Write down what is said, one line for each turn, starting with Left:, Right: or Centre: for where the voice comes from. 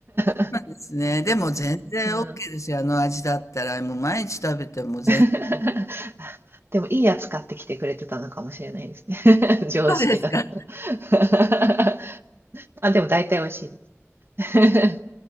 Right: <laughs>
Left: まあですね。でも全然
Right: うん。
Left: OK ですよ。あの味だったら、もう毎日食べても全然
Right: <laughs>
Left: <laughs>。
Right: でもいいやつ買ってきてくれてたのかもしれないですね。<laughs> 上司だと。
Left: そうですか。
Right: <laughs> あ、でも大体美味しいです。